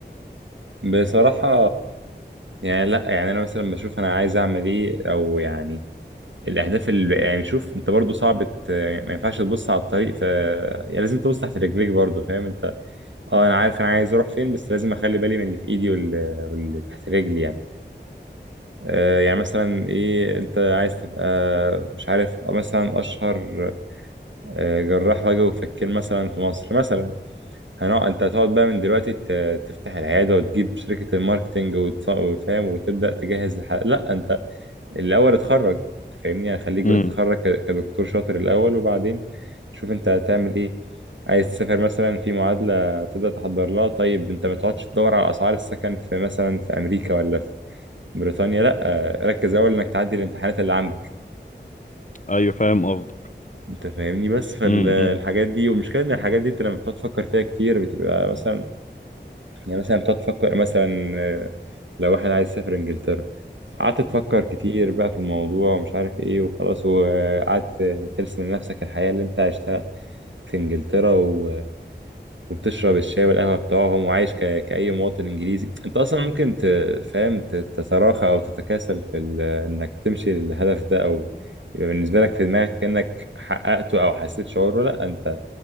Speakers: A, on the right; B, on the left.
A: بصراحة يعني لا يعني انا مثلا بشوف انا عايز اعمل ايه او يعني الاهداف اللي يعني شوف انت برضو صعب ت- ما ينفعش تبص على الطريق ف يعني لازم تبص تحت رجليك برضو فاهم انت اه انا عارف انا عايز اروح فين بس لازم اخلي بالي من اللي في ايدي واللي, واللي تحت رجلي يعني آه يعني مثلا ايه انت عايز تبقى مش عارف آه، مثلا اشهر آه، جراح وجه وفكين مثلا في مصر مثلا هنقعد انت هتقعد بقى من دلوقتي ت- تفتح العياده وتجيب شركه الماركتينج وتف- وفاهم وتبدا تجهز الحلقه لا انت الاول اتخرج انت فاهمني يعني خليك
B: امم
A: بقى تتخرج ك- كدكتور شاطر الاول وبعدين شوف انت هتعمل ايه عايز تسافر مثلا في معادلة تبدأ تحضر لها طيب انت ما تقعدش تدور على اسعار السكن في مثلا في امريكا ولا في بريطانيا لا آه، ركز اول انك تعدي الامتحانات اللي عندك
B: أيوة فاهم قصدك
A: انت فاهمني بس فالحاجات
B: امم
A: دي والمشكلة ان الحاجات دي انت لما بتقعد تفكر فيها كتير بتبقى مثلا يعني مثلا بتقعد تفكر مثلا آه، لو واحد عايز يسافر انجلترا قعدت تفكر كتير بقى في الموضوع ومش عارف ايه وخلاص وقعدت ترسم لنفسك الحياة اللي انت عشتها في انجلترا و- وبتشرب الشاي والقهوة بتاعهم وعايش ك... كأي مواطن انجليزي انت اصلا ممكن تفهم تتراخى او تتكاسل في ال... انك تمشي للهدف ده او يبقى بالنسبة لك في دماغك انك حققته او حسيت شعوره لا انت